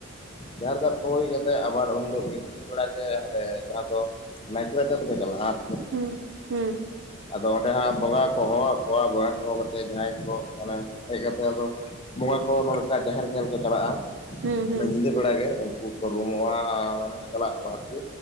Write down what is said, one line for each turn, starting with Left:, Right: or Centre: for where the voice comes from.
Left: ᱡᱟᱦᱮᱨ ᱫᱟᱵ ᱠᱚ ᱦᱩᱭ ᱠᱟᱛᱮᱜ ᱟᱵᱟᱨ ᱩᱱ ᱦᱤᱞᱳᱜ ᱜᱮ ᱧᱤᱫᱟᱹ ᱵᱮᱲᱟ ᱜᱮ ᱦᱟᱰᱮ ᱡᱟᱦᱟᱸ ᱫᱚ ᱱᱟᱭᱠᱮ ᱨᱟᱪᱟ ᱜᱮᱠᱚ ᱪᱟᱞᱟᱜ ᱟ ᱟᱨ
Right: ᱦᱩᱸ ᱦᱩᱸ
Left: ᱟᱫᱚ ᱚᱸᱰᱮ ᱦᱟᱸᱜ ᱵᱚᱸᱜᱟ ᱠᱚ ᱦᱚᱦᱚ ᱟᱠᱚᱣᱟ ᱵᱚᱸᱜᱟ ᱠᱚ ᱦᱚᱦᱚ ᱠᱟᱛᱮᱫ ᱡᱟᱦᱟᱸᱭ ᱠᱚ ᱚᱱᱮ ᱦᱮᱡ ᱠᱟᱛᱮ ᱟᱫᱚ ᱵᱚᱸᱜᱟ ᱠᱚ ᱱᱚᱝᱠᱟ ᱡᱟᱦᱮᱨ ᱧᱮᱞ ᱠᱚ ᱪᱟᱞᱟᱜᱼᱟ
Right: ᱦᱮᱸ ᱦᱮᱸ ᱦᱮᱸ
Left: ᱚᱱᱟ ᱧᱤᱫᱟᱹ ᱵᱮᱲᱟ ᱜᱮ ᱩᱱᱠᱩ ᱠᱚ ᱨᱩᱢᱩᱜᱼᱟ ᱢᱟᱱᱮ ᱪᱟᱞᱟᱜ ᱟᱠᱚ ᱟᱨᱠᱤ